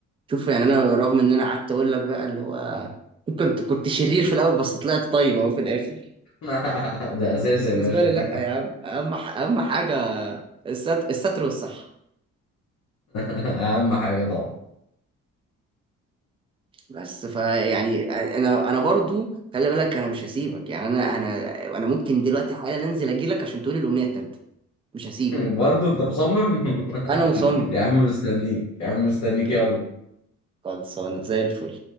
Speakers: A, on the right (about 20°); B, on the left (about 65°).
A: شوف يعني انا رغم ان انا قعدت اقول لك بقى اللي هو كنت كنت شرير في الاول بس طلعت طيب اهو في الاخر
B: <laughs> ده اساسي
A: بالنسبه
B: يا باشا
A: لي لا
B: <laughs>
A: يا عم اهم ح- اهم حاجه الستر, الستر والصحه
B: اهم حاجة طبعا
A: بس فيعني انا انا برضو خلي بالك انا مش هسيبك يعني انا انا انا ممكن دلوقتي حالا انزل اجي لك عشان تقولي الامنيه التالته مش هسيبك
B: برضه انت مصمم
A: انا
B: <laughs>
A: مصمم
B: يا عم مستنيك يا عم مستنيك
A: جاي
B: يلا
A: خلصانه زي الفل